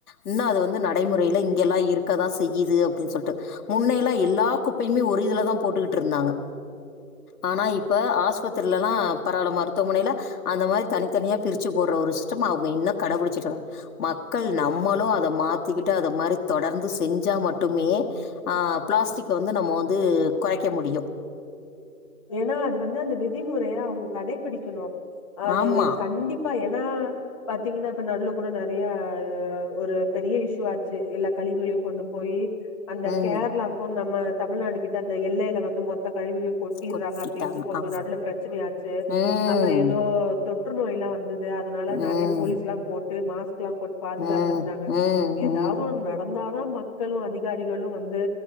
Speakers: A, on the left; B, on the left.
A: இன்னு அது வந்து நடைமுறையில இங்கெல்லா இருக்கதா செய்யுது அப்டின்னு சொல்ட்டு முன்னயெல்லா எல்லா குப்பையுமே ஒரு இதுலதா போட்டுகிட்டு இருந்தாங்க ஆனா இப் ப ஆஸ்பத்திரில எல்லா பரவால்ல மருத்துவமனையில அந்த மாரி தனித்தனியா பிரிச்சு போடுற ஒரு சிஸ்டம் அவுங்க இன்னு கடபுடுச்சுட்டு வராங்க மக்கள் நம்மளு அத மாத்திக்கிட்டு அத மாரி தொடர்ந்து செஞ்சா மட்டுமே மே ஆ பிளாஸ்டிக்க வந்து நம்ம வந்து குறைக்க முடி
B: ஏனா அது வந்து அந்த விதிமுறையா அவுங்க கடைபிடிக்கணு அது
A: ஆமா.
B: எது கண்டிப்பா ஏனா பாத்தீங்கன்னா இப்ப நடுவுல கூட நெறயா ஒரு பெரிய இஷ்யூ ஆச்சு எல்லா கழிவகளையு கொண்டு போய் அந்த
A: ம்.
B: கேரளாக்கு நம்ம தமிழ்நாடு கிட்ட அந்த எல்லையில வந்து மொத்த கழிவுகளையு கொட்டிர்றாங்க
A: கொட்டிட்டாங்க.
B: அப்டின்ட்டு கொஞ்சோ
A: ஆமா.
B: நடுவுல பிரச்சனயாச்சு
A: ம்.
B: அப்புறோ ஏதோ தொற்று நோய் எல்லா வந்து இது அதனால
A: ம்.
B: நெறயா போலீஸ் எல்லாம் போட்டு மாஸ் கெல்லாம் போட்டு பாதுகாத்துருந்தாங்க
A: ம். ம்.
B: எதாவது
A: ம்.
B: ஒன் நடந்தாதா மக்களு அதிகாரிகளு வந்து